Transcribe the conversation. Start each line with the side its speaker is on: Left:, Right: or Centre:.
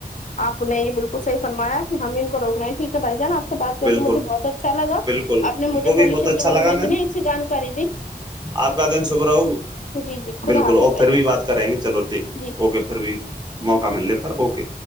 Left: آپ نے یہ بالکل صحی فرمایا کہ ہم ان کو روک رہے ہیں ٹھیک ہے بھائی جان آپ سے بات کر
Right: بالکل
Left: کے مجھے بہت اچھا لگا
Right: بالکل
Left: آپ نے
Right: ہم
Left: مجھے
Right: کو بھی
Left: پالوشن
Right: بہت اچھا
Left: کے بارے
Right: لگا
Left: میں اتنی
Right: میم
Left: اچھی جانکاری دی
Right: آپ کا دن سب رہو
Left: جی جی خدا
Right: بالکل
Left: حافظ
Right: اور
Left: بھائی
Right: پھر
Left: جان
Right: بھی بات کریں گے چلو ٹھیک
Left: جی
Right: اوکے پھر بھی موقع مل پر اوکے